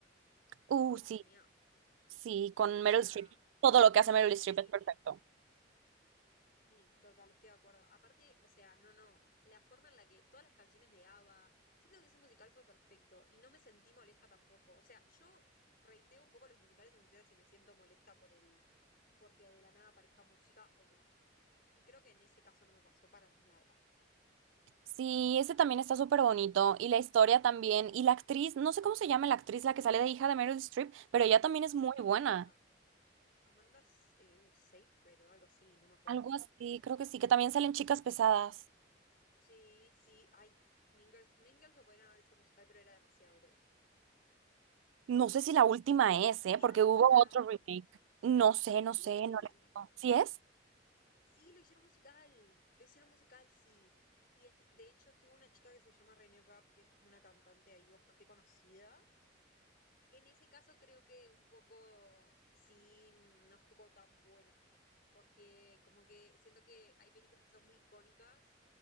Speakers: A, on the right; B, on the left.
A: Uh,
B: ¿Viste Mamma
A: sí,
B: Mía?
A: sí, con
B: O
A: Meryl
B: sea,
A: Streep. Todo lo que hace Meryl
B: sí.
A: Streep es perfecto.
B: Sí, total, estoy de acuerdo. Aparte, o sea, no, no, la forma en la que todas las canciones de ABBA, siento que ese musical fue perfecto y no me sentí molesta tampoco. O sea, yo reiteo un poco los musicales en función a si me siento molesta por el, porque de la nada aparezca música o no. Y creo que en ese caso no me pasó para nada.
A: Sí, ese también está súper bonito. Y la historia también. Y la actriz, no sé cómo se llama la actriz, la que sale de hija de Meryl Streep, pero ella
B: Sí,
A: también
B: creo
A: es
B: que
A: muy
B: es Amanda,
A: buena.
B: Amanda eh, Seyfried o algo así, no me acuerdo.
A: Algo así, creo que sí, que también salen chicas pesadas.
B: Sí, sí, ay, Mean Girls, Mean Girls lo podrían haber hecho musical, pero era demasiado, creo.
A: No sé si la última es, ¿eh?
B: Y
A: Porque
B: era un
A: hubo
B: musical.
A: otro remake. No sé,
B: Sí,
A: no sé, no la... ¿Sí es?
B: Sí, lo hicieron musical, lo hicieron musical, sí. Y es- de hecho estuvo una chica que se llama René Rapp, que es como una cantante ahí bastante conocida. En ese caso creo que un poco sí mm, no estuvo tan bueno, porque como que siento que hay películas que son muy icónicas